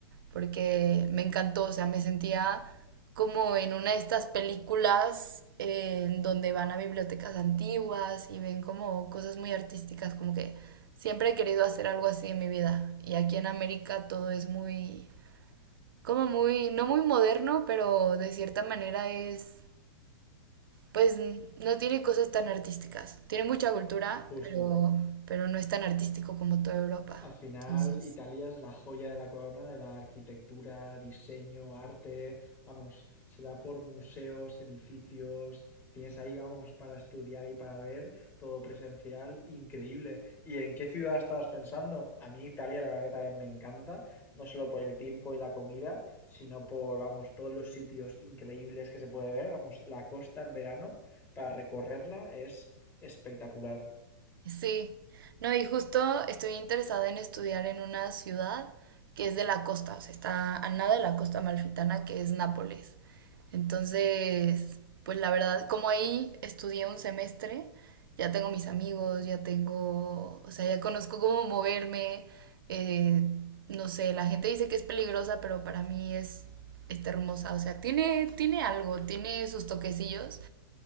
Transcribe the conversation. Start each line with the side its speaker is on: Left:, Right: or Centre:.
Right: porque me encantó, o sea, me sentía como en una de estas películas eh, en donde van a bibliotecas antiguas y ven como cosas muy artísticas, como que siempre he querido hacer algo así en mi vida. Y aquí en América todo es muy, como muy, no muy moderno, pero de cierta manera es, pues no tiene cosas tan artísticas. Tiene mucha cultura,
Left: Justo.
Right: pero, pero no es tan artístico como toda Europa.
Left: Al final,
Right: Entonces...
Left: Italia es la joya de la corona de la arquitectura, diseño, arte. Vamos, se da por museos, edificios. Tienes ahí, vamos, para estudiar y para ver todo presencial, increíble. ¿Y en qué ciudad estabas pensando? A mí Italia, la verdad que también me encanta, no solo por el tiempo y la comida, sino por, vamos, todos los sitios increíbles que se puede ver. Vamos, la costa en verano, para recorrerla es espectacular.
Right: Sí, no, y justo estoy interesada en estudiar en una ciudad que es de la costa, o sea, está a nada de la costa amalfitana, que es Nápoles. Entonces, pues la verdad, como ahí estudié un semestre, ya tengo mis amigos, ya tengo, o sea, ya conozco cómo moverme, eh, no sé, la gente dice que es peligrosa, pero para mí es, está hermosa, o sea, tiene, tiene algo, tiene sus toquecillos.